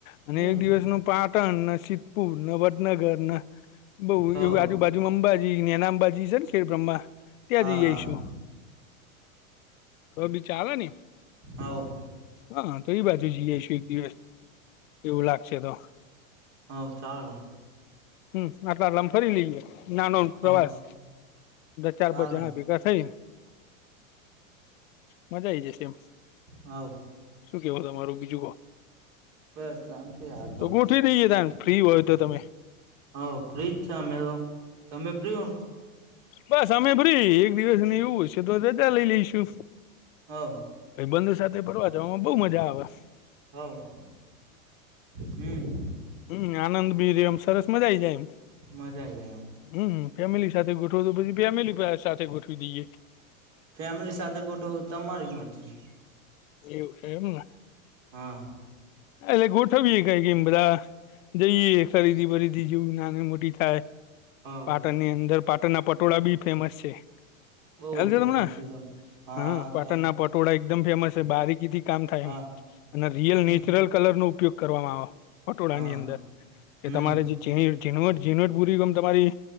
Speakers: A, on the left; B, on the right.
A: અને
B: હમ.
A: એક દિવસનું પા ટન ન સિધપુર ન વડનગર ન બઉ
B: હો
A: એવું આજુ બાજુ અંબાજી નેના અંબાજી છે ને ખેર બ્રહ્મા ત્યાં
B: હા
A: જઈ જઈશું
B: હા
A: તોવે બી ચાલે ને
B: આવ
A: હા તો એ બાજુ જઈએઈશું એક દિવસ એવું લાગશે તો
B: હ ચાળ
A: હમ આટલા લમ ફરી લઈએ નાનો પ્રવાસ
B: હવ
A: ચાર
B: ચાલો
A: પાસ જણા ભેગા થઈ મજા આઈ જશે એમ
B: હવ
A: શું કેવો તમારું બીજું કો.
B: બસ શાંતિ હાલ
A: તો ગોઠવી દઈએે તમ ફ્રી હોય તો તમે.
B: હા ફ્રીજ છે અમે તો તમે ફ્રી હો?
A: બસ અમે ફ્રી એક દિવસ ને એવું હશે તો રજા લઈ લઈશું.
B: હાવ.
A: ભાઈબંધો સાથે ફરવા જવામાં બહુ મજા આવે હ.
B: હાવ. હમ્મ.
A: હમ્મ આનંદ બી રેય એમ સરસ મજા આઈ જાય એમ.
B: મજા આઈ જાય આમ.
A: હમ્મ ફેમિલી સાથે ગોઠવો તો પછી ફેમિલી પાહે સાથે ગોઠવી દઈએ.
B: ફેમિલી સાથે ગોઠવો તમારી મરજી.
A: એવું છે એમ ને.
B: હા.
A: એલે ગોઠવીએ બી કઈ ગમ બદા. જઈએ ખરીદી બરીદી જેવું નાની મોટી થાય.
B: હાવ.
A: પાટણની અંદર પાટણના પટોળા બી ફેમસ છે.
B: બઉ
A: ખ્યાલ છે
B: ફેમસ
A: તમને
B: તો હા
A: હ પાટણના
B: ક્યાં
A: પટ પટોળા એકમ ફેમસ છે. બારીકીથી કામ થાય
B: હા
A: એમ અને રિયલ
B: હમ
A: નીટ રિયલ કલરનો ઉપયોગ કરવામાં આવ પટોળાની
B: હા
A: અંદર કે
B: હમ
A: તમારે જી ઝીણી ઝીનવટ ઝીનવટ પુરી ગમ તમારી